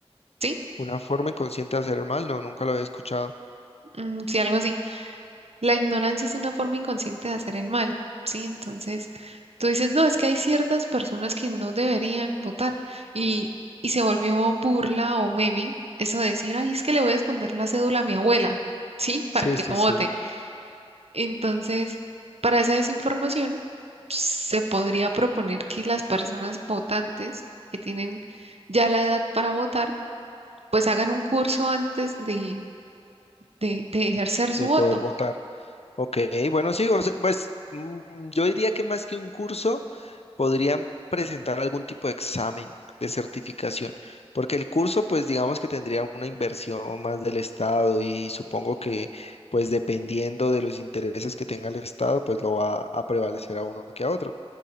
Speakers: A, on the right; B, on the left.
A: ¿sí?
B: una forma inconsciente de hacer el mal, no, nunca lo había escuchado.
A: Mm, sí, algo así. La ignorancia es una forma inconsciente de hacer el mal, ¿sí? Entonces, tú dices, no, es que hay ciertas personas que no deberían votar y, y se volvió burla o meme eso de decir, ay, es que le voy a esconder la cédula a mi abuela, ¿sí? <laughs> Para
B: Sí,
A: que
B: sí,
A: no
B: sí,
A: vote. Entonces, para esa desinformación, se podría proponer que las personas votantes que tienen ya la edad para votar, pues hagan un curso antes de, de, de ejercer su
B: de
A: voto.
B: poder votar. Ok, bueno, sí, o sea, pues mm, yo diría que más que un curso, podrían presentar algún tipo de examen de certificación, porque el curso, pues digamos que tendría una inversión más del Estado y supongo que, pues dependiendo de los intereses que tenga el Estado, pues lo va a prevalecer a uno que a otro.